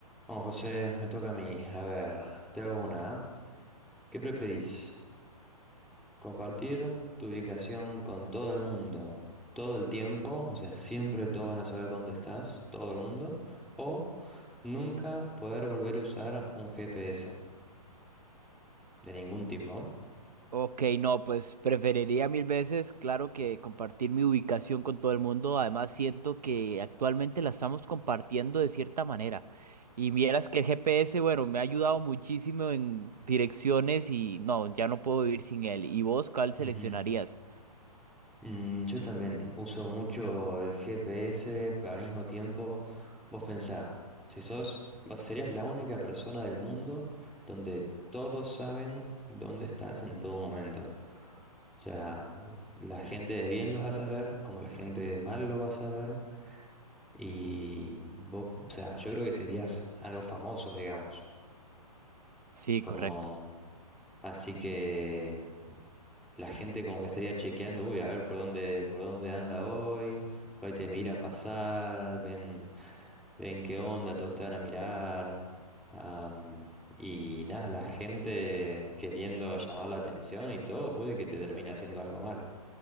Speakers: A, in the centre; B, on the right.
A: Bueno, José, me toca a mí. A ver, te hago una. ¿ah? ¿Qué preferís? ¿Compartir tu ubicación con todo el mundo todo el tiempo? O sea, siempre todos van a saber dónde estás, todo el mundo. ¿O nunca poder volver a usar un GPS de ningún tipo?
B: Ok, no, pues preferiría mil veces, claro que compartir mi ubicación con todo el mundo. Además, siento que actualmente la estamos compartiendo de cierta manera. Y vieras que el GPS, bueno, me ha ayudado muchísimo en direcciones y no, ya no puedo vivir sin él. ¿Y vos cuál seleccionarías?
A: Ujú. Mm, yo también uso mucho el GPS, pero al mismo tiempo, vos pensá, si sos, vas- serías la única persona del mundo donde todos saben dónde estás en todo momento. O sea, la gente de bien lo va a saber, como la gente de mal lo va a saber, y vos, o sea, yo creo que serías algo famoso, digamos,
B: Sí,
A: como,
B: correcto.
A: así que la gente como que estaría chequeando, uy, a ver por dónde, por dónde anda hoy, hoy te miran pasar, ven, ven qué onda, todos te van a mirar. am, y nada, la gente queriendo llamar la atención y todo, puede que te termine haciendo algo mal.